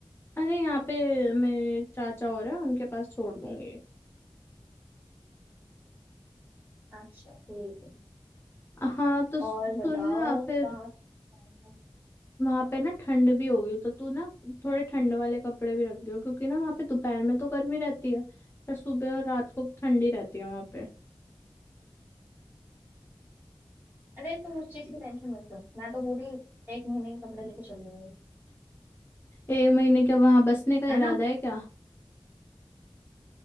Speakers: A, on the left; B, on the right.
A: अरे यहाँ पे मेरे चाचा हो रहे हैं उनके पास छोड़ दूंगी
B: अच्छा ठीक है
A: हाँ तो सुनना
B: और बताओ
A: फिर
B: कहाँ जाने का
A: वहां पे ना ठंड भी होगी तो तू ना थोड़े ठंड वाले कपड़े भी रख दियो क्योंकि ना वहां पे दोपहर में तो गर्मी रहती है पर सुबह और रात को ठंडी रहती है वहां पे
B: अरे तुम उस चीज की टेंशन मत लो मैं तो पूरी एक महीने के कपड़े लेके चल लूंगी
A: एक महीने के वहां बसने का
B: है
A: इरादा
B: ना
A: है क्या